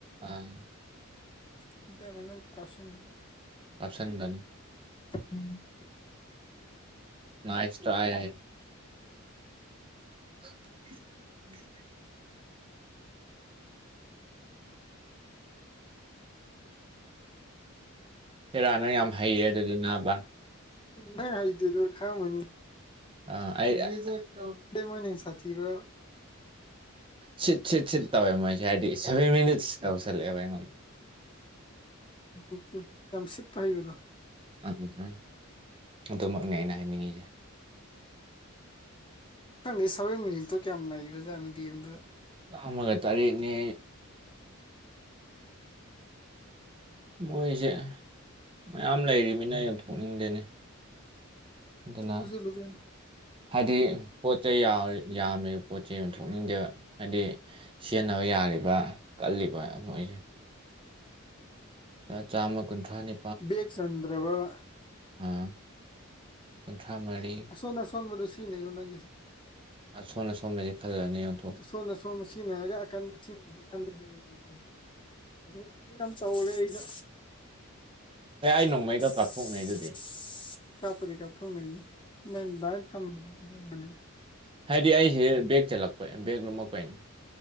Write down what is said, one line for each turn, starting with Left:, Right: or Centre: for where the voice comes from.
Right: ꯑꯥ
Left: <unintelligible>
Right: ꯍꯥꯞꯁꯟꯒꯅꯤ
Left: ꯎꯝ
Right: ꯅꯥꯏꯁ ꯇꯔ꯭ꯥꯏ <inaudible> ꯍꯦꯔꯥ ꯅꯪ ꯌꯥꯝ ꯍꯩꯔꯦ ꯑꯗꯨꯗꯤ ꯅꯥꯕ
Left: ꯅꯪ ꯍꯩꯇꯦꯗꯣ ꯈꯪꯉꯝꯃꯅꯤ
Right: ꯑ ꯑꯩ <unintelligible> ꯑ
Left: ꯃꯣꯏꯅ ꯍꯦꯟꯅ ꯁꯥꯊꯤꯕ꯭ꯔꯥ
Right: ꯁꯤꯠ ꯁꯤꯠ ꯁꯤꯠ ꯇꯧꯋꯦ ꯃꯣꯏꯖꯦ ꯍꯥꯏꯗꯤ ꯁꯚꯦꯔꯦꯔꯤꯠꯁ ꯇꯧꯁꯜꯂꯦꯕ ꯑꯩꯉꯣꯜꯗ
Left: <unintelligible> ꯌꯥꯝ ꯁꯤꯠꯄ ꯍꯩꯕꯗꯣ
Right: ꯎꯝ ꯎꯝ ꯎꯝ ꯑꯗꯨꯃꯛꯅꯦ ꯑꯩꯅ ꯍꯥꯏꯅꯤꯡꯉꯤꯁꯦ
Left: ꯈꯪꯗꯦ ꯁꯚꯦꯟ ꯃꯤꯅꯠꯇ ꯀꯌꯥꯝ ꯅꯩꯒ꯭ꯔ ꯖꯥꯠꯅꯣ ꯒꯦꯝꯗ
Right: ꯆꯥꯝꯃꯒ ꯇꯔꯦꯠꯅꯤ ꯃꯣꯏꯁꯦ ꯃꯌꯥꯝ ꯂꯩꯔꯤꯕꯅꯤꯅ ꯌꯣꯟꯊꯣꯛꯅꯤꯡꯗꯦꯅꯦ ꯑꯗꯨꯅ
Left: ꯐꯨꯖꯜꯂꯨ ꯀꯩꯅꯣ
Right: ꯍꯥꯏꯗꯤ ꯄꯣꯠ ꯆꯩ ꯌꯥꯎꯔꯤ ꯌꯥꯝꯃꯦꯕ ꯄꯣꯠ ꯆꯦ ꯌꯣꯟꯊꯣꯛꯅꯤꯡꯗꯦꯕ ꯍꯥꯏꯗꯤ ꯁꯤꯟꯅꯕ ꯌꯥꯔꯤꯕ ꯀꯜꯂꯤꯕ ꯃꯣꯏꯁꯦ ꯆꯥꯝꯃ ꯀꯨꯟꯊ꯭ꯔꯥ ꯅꯤ
Left: ꯕꯦꯛ ꯆꯟꯗ꯭ꯔꯕꯕ
Right: ꯑꯥ ꯀꯨꯟꯊ꯭ꯔꯥ ꯃꯔꯤ
Left: ꯑꯁꯣꯟ ꯑꯁꯣꯟꯕꯗꯣ ꯁꯤꯖꯤꯟꯅꯩꯔꯣ ꯅꯪꯒꯤꯁꯦ
Right: ꯁꯣꯝꯗ ꯁꯣꯝꯗ <unintelligible>
Left: ꯁꯣꯝꯅ ꯁꯣꯝ ꯁꯤꯖꯤꯟꯅꯔꯒ <unintelligible> ꯎ ꯌꯥꯝ ꯇꯧꯔꯦ ꯑꯩꯁꯨ
Right: ꯑꯦ
Left: ꯀꯩ
Right: ꯑꯩ
Left: ꯍꯥꯏꯅꯣ
Right: ꯅꯣꯡꯃꯩꯒ
Left: <unintelligible>
Right: ꯀꯥꯞꯊꯣꯛꯅꯩ ꯑꯗꯨꯗꯤ
Left: ꯀꯥꯞꯄꯗꯤ ꯀꯞ <unintelligible>
Right: ꯍꯥꯏꯗꯤ ꯑꯩꯁꯦ ꯕꯦꯦꯛ ꯆꯠꯂꯛꯄ ꯕꯦꯛ ꯂꯨꯝꯃꯛꯄꯩꯅꯦ